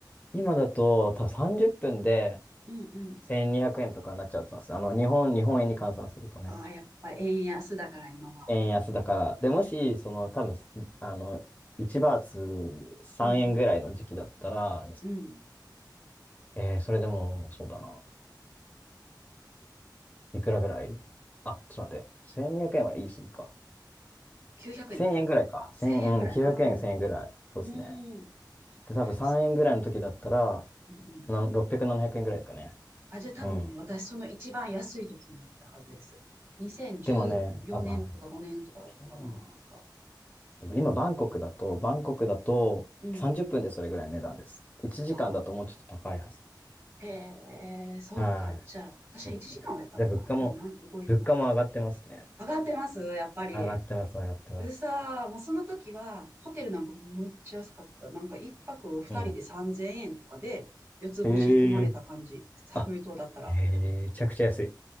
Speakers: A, on the left; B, on the right.
A: 今だと、多分30分で
B: うんうん。
A: 1200円とかになっちゃうと思いますね。あの、日本、日本円に換算するとね。
B: ああ、やっぱ円安だから今は。
A: 円安だから。で、もし、その、多分、あの、1バーツ3円ぐらいの時期だったら、
B: うんうん。うん。
A: えー、それでも、そうだな。いくらぐらいあ、ちょっと待って。1200円は言い過ぎか。
B: 900円とか
A: 1000円ぐらいか。1000、
B: ?1000 円ぐらい。
A: うん、900円、
B: うん。
A: 1000円ぐらい。そうですね。
B: うん。
A: で、多分3円ぐらいの時だったら、
B: そうんうん。
A: なん600、700円ぐらいですかね。
B: あ、じゃあ多分ね、
A: うん。
B: 私その一番安い時に行ったはずです。2014年とか5年とかだったかな、
A: でもね、あ、まあ、場所なのか
B: なんか。
A: でも今、バンコクだと、バンコクだと30分でそれぐらいの値段です。
B: うんうん。
A: 1時間だともうちょっと高いはず。
B: ああ。へえ、そうか。
A: はい。
B: じゃあ、私は1時間はやったのかな。
A: そうですね。で、物価も、
B: どう、なん、覚えてない。
A: 物価も上がってますね。
B: 上がってますやっぱり。
A: 上がってます、上がってます。
B: でさー、もうその時は、ホテルなんかむっちゃ安かった。なんか一泊二人で3000円とかで、
A: うん。
B: 四つ星泊まれた感じ。
A: ええ。
B: 寒い島だったら。
A: あ、えめちゃくちゃ安い。